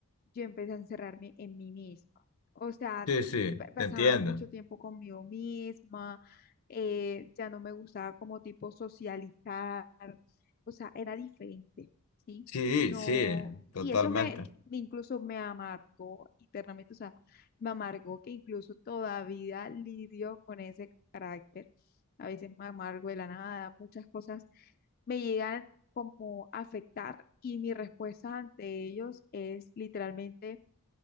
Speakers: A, on the left; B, on the left.
A: yo empecé a encerrarme en mí misma. O sea,
B: sí, sí,
A: pa- pasaba
B: te entiendo.
A: mucho tiempo conmigo misma, eh, ya no me gustaba como tipo socializar, o sea, era diferente, ¿sí?
B: Sí,
A: No,
B: sí, totalmente.
A: y eso me, incluso me amargó internamente, o sea, me amargó que incluso todavía lidio con ese carácter a veces me amargo de la nada, muchas cosas me llegan como a afectar y mi respuesta ante ellos es literalmente